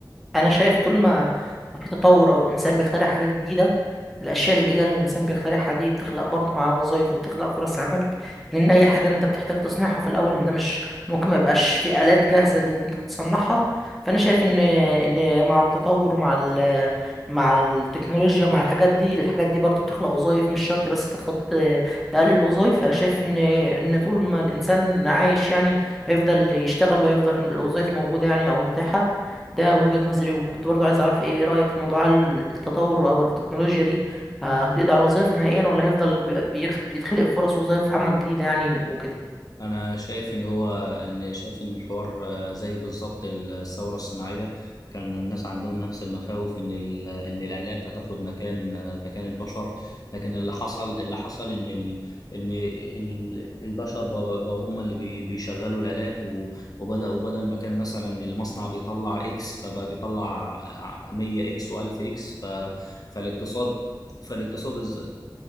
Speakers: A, in the centre; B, on the left.
A: انا شايف طول ما ما في تطور او الانسان بيخترع حاجات جديدة الاشياء الجديده اللي الانسان بيخترعها دي بتخلق برضه معاه وظايف وبتخلق فرص عمل لان اي حاجه انت بتحتاج تصنيعها في الاول انت مش ممكن ما يبقاش في الات جاهزه اللي انت تصنعها فانا شايف ان ان مع التطور مع ال مع التكنولوجيا مع الحاجات دي الحاجات دي برضه بتخلق وظايف مش شرط بس تاخد تقلل الوظايف انا شايف ان ان طول ما الانسان عايش يعني هيفضل يشتغل وهيفضل الوظايف موجوده يعني او متاحه ده وجهة نظري وكنت برضو عايز اعرف ايه رأيك في موضوع التطور او التكنولوجيا دي ه- هتقضي على الوظائف نهائيا ولا هيفضل بي- بيخ- يتخلق فرص وظائف عمل جديدة يعني وكده
B: انا شايف ان هو ان شايف ان الحوار آه، زي بالظبط الثوره الصناعيه كان الناس عندهم نفس المخاوف ان ال- ان الالات هتاخد مكان آه، مكان البشر لكن اللي حصل اللي حصل ان ال ان ال البشر بقوا بقوا هم اللي بي- بيشغلوا الالات و- وبدا وبدل ما كان مثلا المصنع بيطلع اكس فبقى بيطلع 100 اكس و1000 اكس ف فالاقتصاد فالاقتصاد